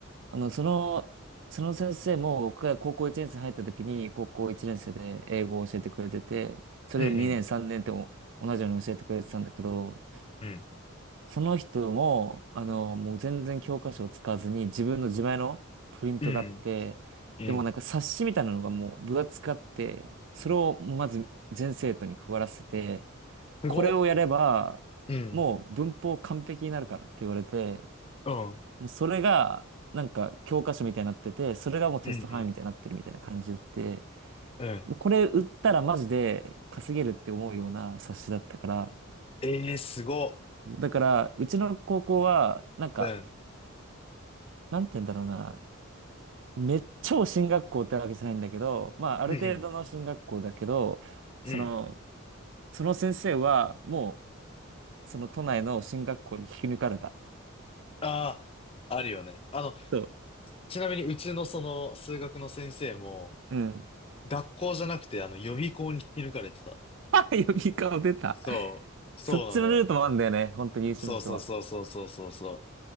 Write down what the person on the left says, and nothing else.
うんうん。うん。
うん。うん。
すごっ。
うん。
うん。
うんうん。うん。
ええー、すごっ。
うん。
うんうん。
うん。
ああ、あるよね。あの、
ちなみにうちのその数学の先生も、
学校じゃなくてあの予備校に引き抜かれてた。
そう。そうなのよ。
そうそうそうそうそうそうそ